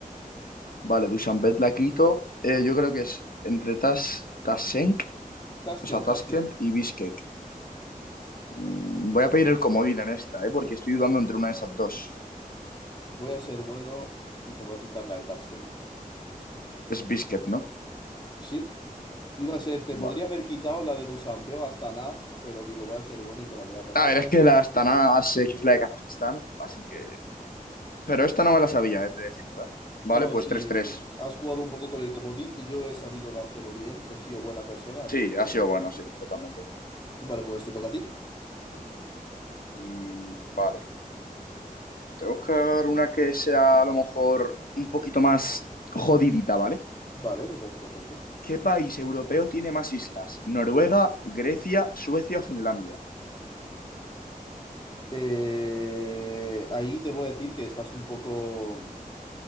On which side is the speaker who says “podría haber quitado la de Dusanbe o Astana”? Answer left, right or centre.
Left